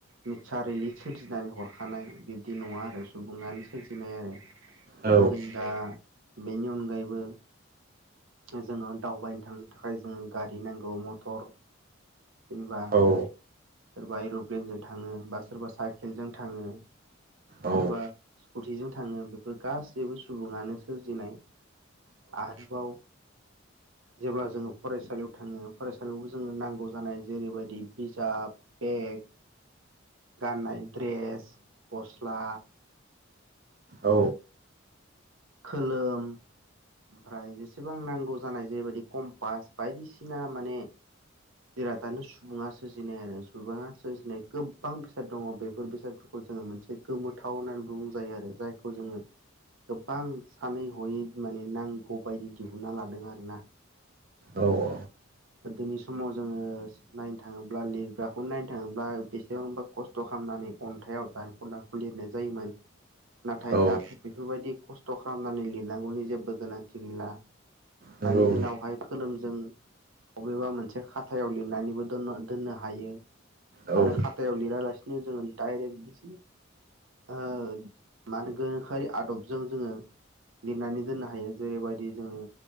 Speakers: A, on the right (about 80°); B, on the right (about 45°).
A: नेचारेलि सोरजिनानै हरखानाय बिदि नङा आरो सुबुङानो सोरजिनाय आरो।
B: औ
A: जों दा बेनि अनगायैबो जोङो दावबायनो थांनो थाखाय जोङो गारि नांगौ मथर जेनेबा
B: औ
A: सोरबा एर'प्लेनजों थाङो बा सोरबा साइकेलजों थाङो सोरबा
B: औ
A: स्कुटिजों थाङो बेफोर गासैबो सुबुङानो सोरजिनाय आरोबाव जेब्ला जोङो फरायसालियाव थाङो फरायसालियावबो जोङो नांगौ जानाय जेरैबायदि बिजाब बेग गाननाय द्रेस गस्ला
B: औ
A: खोलोम ओमफ्राय जेसेबां नांगौ जानाय जेरैबायदि कम्पास बायदिसिना माने जेरादानो सुबुङा सोरजिनाय आरो सुबुङा सोरजिनाय गोबां बेसाद दङ बेफोर बेसाद खौ जोङो मोनसे गोमोथाव होननानै बुंजायो आरो जायखौ जोङो गोबां सानै हयै माने नांगौ बायदि दिहुना लादों आरोना।
B: औ औ।
A: गोदोनि समाव जोङो नायनो थाङोब्ला लिरग्राखौ नायनो थाङोब्ला बेसेबांबा खस्थ' खालामनानै अन्थाइाव दान ख'नाखौ लिरनाय जायोमोन। नाथाय
B: औ
A: दाथ' बेफोरबायदि खस्थ' खालामनानै लिरनांगौनि जेबो गोनांथि गैला।
B: नंगौ
A: दानि दिनावहाय खोलोमजों बबेबा मोनसे खाथायाव लिरनानैबो दोनना दोननो हायो।
B: औ
A: आरो खाथायाव लिरालासिनो जोङो डाइरेक्ट बि ओ गोनोखोआरि आदबजों जोङो लिरनानै दोननो हायो जेरैबायदि जोङो